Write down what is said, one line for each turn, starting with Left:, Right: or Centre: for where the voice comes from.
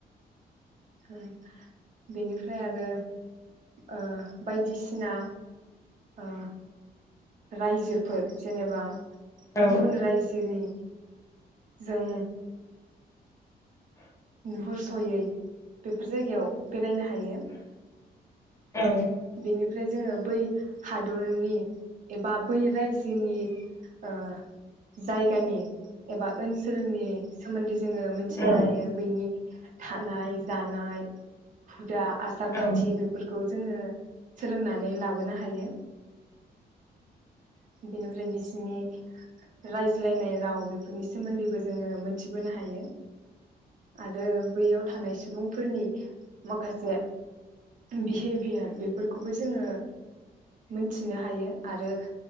Right: <unintelligible> बेनिफ्राय आरो ओ बायदिसिना अ रायजोफोर जेनेबा
Left: औ
Right: गुबुन रायजोनि जों नुहुरसयै बेफोर जायगायाव बेरायनो हायो
Left: औ
Right: बेनि ओमफ्राय जोङो बै हादरनि एबा बै रायजोनि ओ जायगानि एबा ओनसोलनि सोमोन्दै जोङो मिथिनो
Left: औ
Right: हायो। बैनि थानाय जानाय हुदा आसार
Left: औ
Right: खान्थि बेफोरखौ जोङो सोलोंनानै लाबोनो हायो। बिनिफ्राय बिसिनि रायज्लायनाय राव बेफोरनि सोमोन्दैबो जोङो मोनथिबोनो हायो। आरो बैयाव थानाय सुबुंफोरनि माखासे बिहेभ प्यार बेफोरखौबो जोङो मोनथिनो हायो। आरो